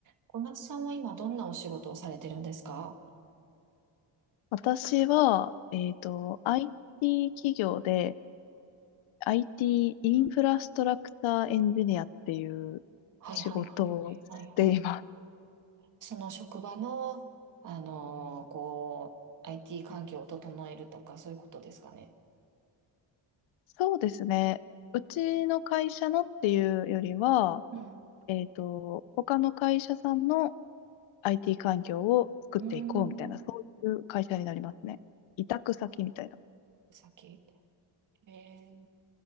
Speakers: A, on the right (about 40°); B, on the left (about 85°).
A: 小夏さんは今どんなお仕事をされてるんですか
B: 私は、えっと、IT 企業で IT イティーインフラストラクターエンジニアっていう仕事をしています。
A: はいはいはいはいはいはい。その職場の、あのーこう、IT 環境を整えるとか、そういうことですかね。
B: そうですね。うちの会社のっていうよりは、
A: うん。
B: えっと、他の会社さんの IT 環境を作っていこうみたいな、
A: うーん。
B: そういう会社になりますね。委託先みたいな。
A: さっき、えー